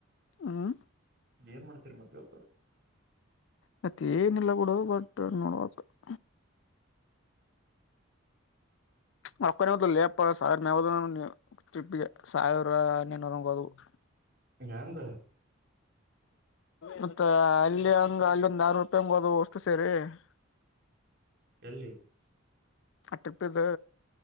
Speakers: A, on the left (about 65°); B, on the right (about 50°).
A: <inaudible>
B: ಏನು, ಮಾಡುತ್ತಿರಬೇಕು. <inaudible>
A: ಮತ್ತ, ಏನಿಲ್ಲ, ಬಿಡು ಬಟ್ ನೋಡಬೇಕು? <inaudible> ಮಕ್ಕತ್ತು, ಲೇಪ ಸಾವಿರ ತಿಪ್ಪ ಸಾವಿರ ನಿರಗದು? <inaudible>
B: ಹ್ಯಾಂಗ್. <inaudible>
A: ಮತ್ತ, ಅಲ್ಲಿ, ಹಾಂಗ, ಅಲ್ಲಿಂದ, ಆ ರೂಟ್, ಸರಿ. <unintelligible>
B: ಎಲ್ಲಿ? <inaudible>
A: ಆ, ಟ್ರಿಪ್, ಇದು,